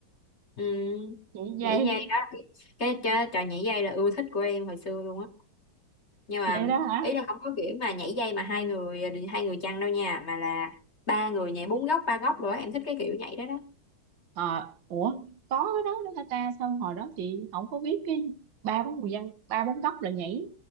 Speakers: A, on the left; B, on the right.
A: ừ.
B: nhảy dây
A: nhảy dây đó là- cái trò, trò nhảy dây là ưa thích của em hồi xưa luôn á nhưng mà
B: vậy đó hả
A: ý là không có kiểu mà nhảy dây mà hai người hai người chăng đâu nha mà là ba người nhảy bốn góc ba góc rồi á. em thích cái kiểu nhảy đó đó
B: ờ ủa có cái đó nữa hả ta sao hồi đó chị không có biết cái ba bốn người dân ba bốn góc rồi nhảy